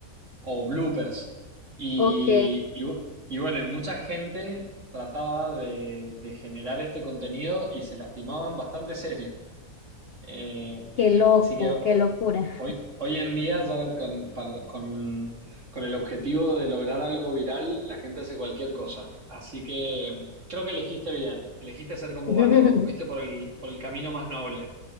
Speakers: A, on the right; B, on the left.
A: o bloopers. Y,
B: ok,
A: y bu- y bueno, y mucha gente trataba de, de generar este contenido y se lastimaban bastante serio. Eh,
B: qué loco,
A: así que ho-
B: qué locura.
A: hoy, hoy en día, ya con, para- con, con el objetivo de lograr algo viral, la gente hace cualquier cosa. Así que mm, creo que elegiste bien, elegiste ser como
B: <laughs>
A: Van Gogh, fuiste por el, por el camino más noble.